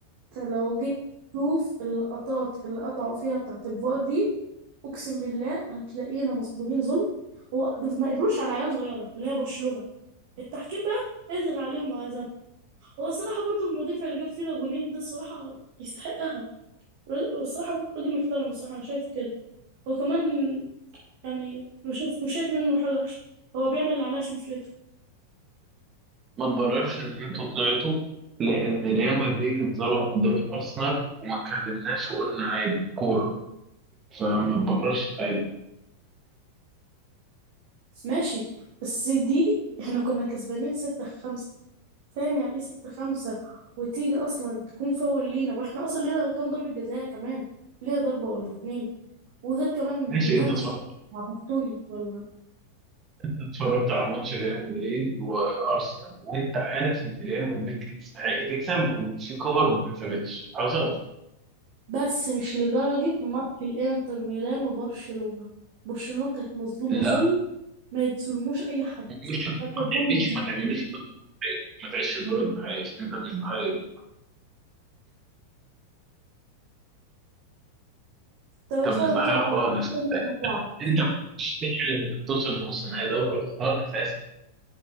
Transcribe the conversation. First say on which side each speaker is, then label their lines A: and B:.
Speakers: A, on the right; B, on the right.
A: لو جيت تشوف اللقطات اللي قطعوا فيها بتاعة الفار دي اقسم بالله هتلاقينا مظلومين ظلم هو دول ما قدروش على عيال صغيرة اللي هي برشلونة التحكيم بقى قدر عليهم وهزم هو الصراحة برضو المدافع اللي جاب فينا جونين ده الصراحة يستحقها ر- الصراحة راجل محترم الصراحة أنا شايف كده هو كمان يعني مش شايف مش شايف منه حاجة وحشة هو بيعمل اللي عليه عشان فرقته
B: ما تبررش ان انتوا طلعتوا لان ريال مدريد اتظلم قدام ارسنال وما اتكلمناش وقلنا عادي كوره فما تبررش حاجه
A: ماشي بس دي احنا كنا كسبانين ستة خمسة فاهم يعني ايه ستة خمسة وتيجي اصلا تكون فاول لينا واحنا اصلا لينا كام ضربة جزاء كمان لينا ضربة ولا اتنين وغير كمان
B: ماشي
A: الهندس
B: انت اتفرجت
A: بتاع بستوني ولا
B: اتفرجت على ماتش ريال مدريد وارسنال وانت عارف ان ريال مدريد كانت تستحق تكسب وان في كور ما اتحسبتش حصلت
A: بس مش لدرجة ماتش الانتر ميلان وبرشلونة برشلونة كانت مظلومة
B: لا
A: ظلم ما يتظلموش اي حد
B: مش ما
A: ما كانت
B: تعملش
A: ظلم جديد
B: ما تعملش دور الضحية. ما تعيش دور الضحيه انت مش ضحيه
A: طب
B: انت
A: اتفرج
B: مش ضحيه
A: كده
B: خالص
A: على الأطفال تاني انت هتعرف
B: انت مش تحلم انك توصل لنص نهائي دوري ابطال اساسا